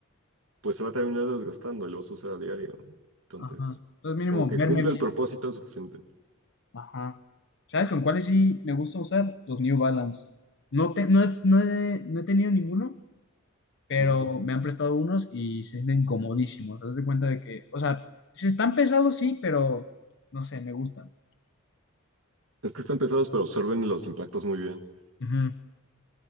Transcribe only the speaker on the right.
pues se va a terminar desgastando y lo vas a usar a diario. ¿no? Entonces,
aunque
cumple
el propósito es suficiente.
Ujú.
Es que están pesados, pero absorben los impactos muy bien.